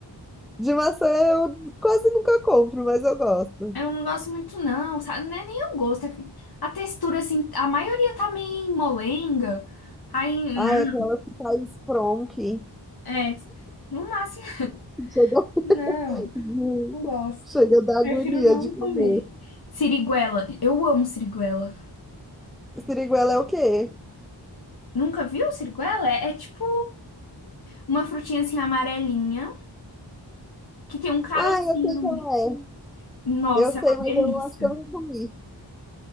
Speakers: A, in the centre; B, on the left (about 55°).
A: De maçã eu quase nunca compro, mas eu gosto.
B: Eu não gosto muito, não, sabe? Não é nem o gosto. É a textura, assim, a maioria tá meio molenga. Aí,
A: Ah,
B: não,
A: é aquela que faz fronque.
B: é. No máximo,
A: Chega,
B: <laughs>
A: <laughs>
B: não, não gosto.
A: chega da agonia
B: Prefiro não
A: de comer.
B: comer. Siriguela, eu amo siriguela.
A: Siriguela é o quê?
B: Nunca viu siriguela? É, é tipo uma frutinha assim amarelinha que tem um carocinho
A: Ah, eu sei
B: no
A: qual
B: meio.
A: é.
B: Nossa,
A: Eu sei,
B: é uma
A: mas
B: delícia.
A: eu acho que eu nunca comi.